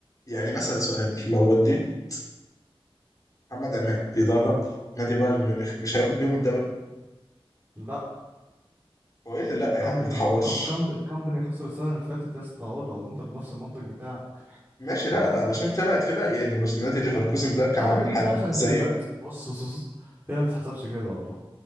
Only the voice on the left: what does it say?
يعني مثلا سؤال لو وديت محمد عماد بيدرب نادي بايرن ميونخ مش هياخد بيهم الدوري
هو ايه اللي لا
يا عم ما تحورش
ماشي لا
ده
علشان
طلعت كده يعني بص نادي ليفركوزن ده كان
عامل
حاله
زيه